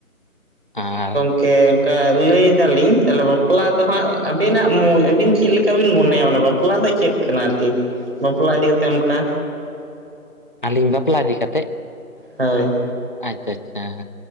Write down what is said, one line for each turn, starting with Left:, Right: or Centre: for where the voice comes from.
Left: ᱟᱨᱼᱼ
Right: ᱠᱮ ᱚᱱᱠᱟ ᱞᱟᱹᱭ ᱫᱟᱞᱤᱧ ᱛᱟᱦᱚᱞᱮ ᱵᱟᱯᱞᱟ ᱫᱚ ᱦᱟᱸᱜ ᱟᱹᱵᱤᱱᱟᱜ ᱢᱚ ᱟᱹᱵᱤᱱ ᱪᱮᱫ ᱞᱮᱠᱟ ᱵᱤᱱ ᱢᱚᱱᱮᱭᱟ? ᱢᱟᱱᱮ ᱵᱟᱯᱞᱟᱼᱼ ᱵᱟᱯᱞᱟ ᱫᱚ ᱪᱮᱫ ᱠᱟᱱᱟ? ᱟᱨᱠᱤ ᱵᱟᱯᱞᱟ ᱤᱫᱤ ᱠᱟᱛᱮᱫ ᱚᱱᱠᱟᱼᱼ
Left: ᱟᱹᱞᱤᱧ ᱵᱟᱯᱞᱟ ᱤᱫᱤ ᱠᱟᱛᱮᱡᱼᱼ
Right: ᱦᱳᱭ
Left: ᱟᱪᱪᱟ-ᱪᱷᱟ-ᱪᱷᱟ